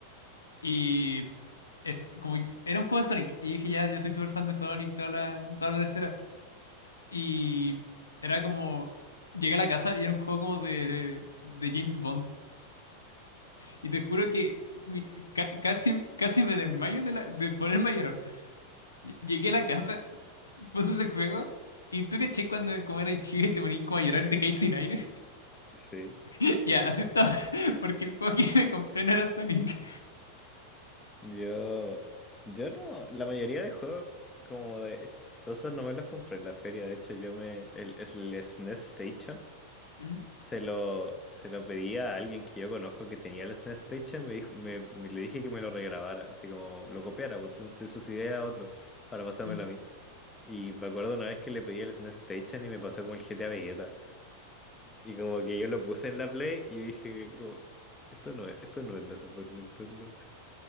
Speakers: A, on the left; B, on the left.
A: y eh, como y- era un juego de Sonic y dije, ya, yo soy súper fan de Sonic, toda la, toda la escena. Y era como... Llegué a la casa y era un juego como de, de James Bond. Y te juro que mi- ca- casi, casi me desmayo de, la, de ponerme a llorar. Ll- Llegué a la casa puse ese juego. Y tú caché cuando como eras chica y te ponías como a llorar y te caís sin aire.
B: Sí.
A: <laughs> Ya, así estaba. <laughs> Porque el juego que me compré no era Sonic.
B: Yo. Yo no. La mayoría de juegos como de chistosos no me los compré en la feria. De hecho, yo me. El, el SNES Station
A: Mm,
B: se lo, se lo pedí a alguien que yo conozco que tenía el SNES Station. Me dijo, me, me- le dije que me lo regrabara. Así como lo copiara. pues un- sus ideas a otro para pasármelo
A: sí.
B: a mí. Y me acuerdo una vez que le pedí el SNES Station y me pasó como el GTA Vegeta. Y como que yo lo puse en la Play y dije, como, esto no es, esto no es la Super Nintendo.